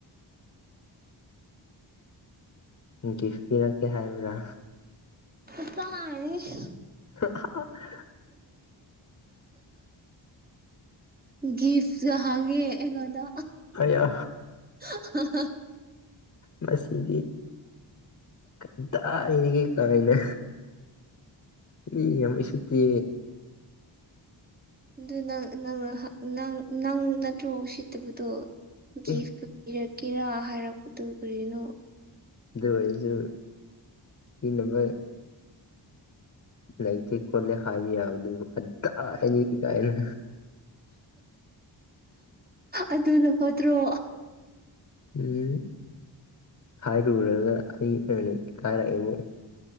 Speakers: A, on the left; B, on the right.
A: ꯒꯤꯐ ꯄꯤꯔꯛꯀꯦ ꯍꯥꯏꯕ꯭ꯔꯥ
B: ꯀꯗꯥꯢꯇꯒꯤ
A: <inaudible>
B: ꯒꯤ <inaudible> ꯍꯥꯡꯉꯦ ꯑꯩꯉꯣꯟꯗ
A: ꯑꯩꯌꯥ
B: <inaudible>
A: ꯃꯁꯤꯗꯤ ꯀꯗꯥꯥꯢꯗꯒꯤ ꯀꯥꯏꯅ ꯃꯤ ꯌꯥꯝ ꯎꯁꯤꯠꯇꯦ
B: ꯑꯗꯨ ꯅꯪ ꯅꯪ ꯅꯪ ꯅꯠꯇ꯭ꯔꯣ ꯎꯁꯤꯠꯇꯕꯗꯣ ꯒꯤꯐꯀ
A: ꯑꯦ
B: ꯄꯤꯔꯛꯀꯦꯔꯥ ꯍꯥꯏꯔꯛꯄꯗꯨ ꯀꯔꯤꯅꯣ
A: ꯑꯗꯨ ꯑꯣꯢꯔꯁꯨ ꯄꯤꯅꯕ ꯂꯩꯇꯦ ꯈꯣꯠꯂꯦ ꯍꯥꯏꯕ ꯌꯥꯕꯗꯨ ꯀꯗꯥꯢꯗꯒꯤ ꯀꯥꯏꯅ
B: ꯑꯗꯨꯅ ꯐꯠꯇ꯭ꯔꯣ
A: ꯎꯝ ꯍꯥꯏꯔꯨꯔꯒ ꯑꯩ ꯑꯣꯏꯅ ꯏꯀꯥꯏꯔꯛꯑꯦꯕꯨ